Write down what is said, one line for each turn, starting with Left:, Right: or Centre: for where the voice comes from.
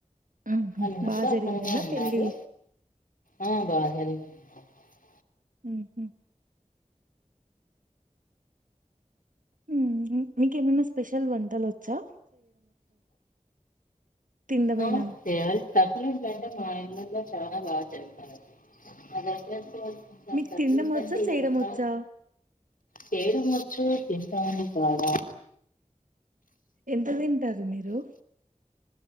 Right: ఉహు
Left: నిన్న
Right: బాగా
Left: అంతా
Right: జరిగిందా
Left: అక్కడనే ఉన్నారు.
Right: పెళ్ళి
Left: ఆహ్ <unintelligible>
Right: ఉహు. ఉమ్ మికెమైన స్పెషల్ వంటలు ఓచ్చా. తినడమేనా
Left: ఓ కె తప్పులి <unintelligible> నేను చాన బాగ చేస్తాను. <unintelligible>
Right: మీకు
Left: కట్లెట్స్
Right: తినడం వచ్చా
Left: అంటే ఇష్టం.
Right: చేయడం వచ్చా
Left: చేయడం వచ్చు తింటాను బాగా.
Right: ఎంత తింటారు మిరు.